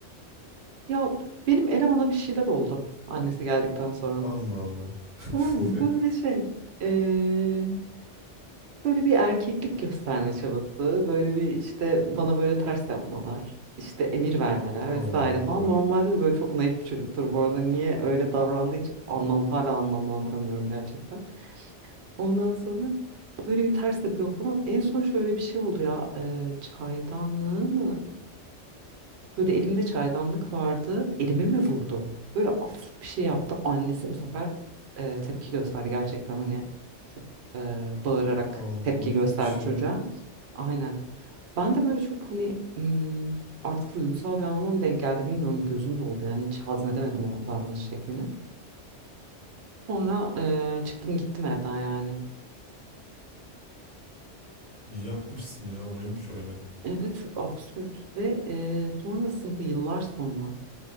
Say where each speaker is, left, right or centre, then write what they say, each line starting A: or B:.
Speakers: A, on the right; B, on the right.
A: Ya benim elemana bir şeyler oldu annesi geldikten sonra.
B: Allah Allah. <laughs>
A: Tamam mı? Böyle şey. ee, Böyle bir erkeklik gösterme çabası, böyle bir işte bana böyle ters yapmalar, işte emir vermeler
B: Allah
A: vesaire
B: Allah.
A: falan. Normalde de böyle çok naif bir çocuktur bu arada. Niye öyle davrandığı hiç anlam hala anlamlandıramıyorum gerçekten. Ondan sonra böyle bir ters yapıyor falan. En son şöyle bir şey oldu ya, e, çaydanlığı mı? Böyle elimde çaydanlık vardı, elime mi vurdu? Böyle af bir şey yaptı. Annesi bu sefer e, tepki gösterdi gerçekten hani e, bağırarak
B: Allah
A: tepki
B: o neymiş
A: gösterdi
B: ya?
A: çocuğa. Aynen. Ben de böyle çok hani ım, artık duygusal bir anlamda mı denk geldi bilmiyorum gözüm doldu yani hiç hazmedemedim o davranış şeklini. Sonra eee, çıktım gittim evden yani.
B: İyi yapmışsın ya o neymiş öyle.
A: Evet çok absürt ve eee, sonrasında yıllar sonra